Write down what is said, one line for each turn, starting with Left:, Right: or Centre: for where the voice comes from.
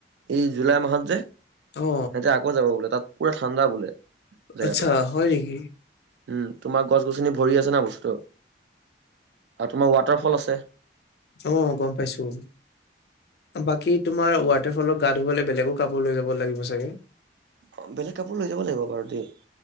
Right: এই জুলাই মাহত যে
Left: অ
Right: সিহঁতে আকৌ যাব বোলে, তাত পুৰা ঠাণ্ডা বোলে। জেগাটো।
Left: আচ্ছা হয় নেকি?
Right: উম, তোমাৰ গছ গছনি ভৰি আছে না বস্তুটো, আৰু তোমাৰ ৱাটাৰ ফ'ল আছে।
Left: অ', গ'ম পাইছোঁ। বাকী তোমাৰ ৱাটাৰ ফ'লত গা ধুবলৈ বেলেগো কাপোৰ লৈ যাব লাগিব চাগে?
Right: অ', বেলেগ কাপোৰ লৈ যাব লাগিব বাৰু দেই।